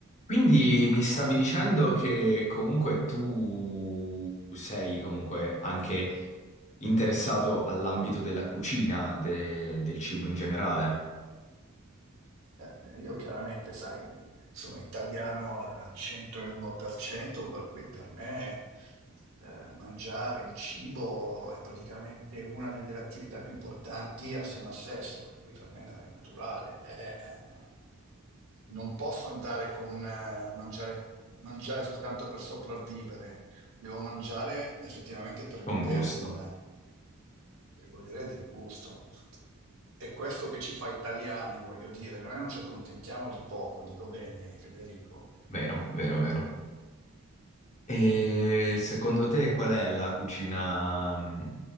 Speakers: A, on the left (about 30°); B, on the right (about 70°).
A: Quindi mi stavi dicendo che comunque tu sei comunque anche interessato all'ambito della cucina, de- del cibo in generale,
B: Eh, Io chiaramente, sai, sono italiano al 101%, per cento, per cui per me eh, mangiare il cibo è praticamente una delle attività più importanti assieme al sesso, per cui per me no- è naturale. Eh, eh, non posso andare con eh, mangiare, mangiare soltanto per sopravvivere, devo mangiare effettivamente per
A: con
B: godere
A: gusto.
B: del, per godere del gusto. È questo che ci fa italiani, voglio dire, noi non ci accontentiamo di poco, dico bene, Federico.
A: Vero, vero, vero. E secondo te qual è la cucina, mh,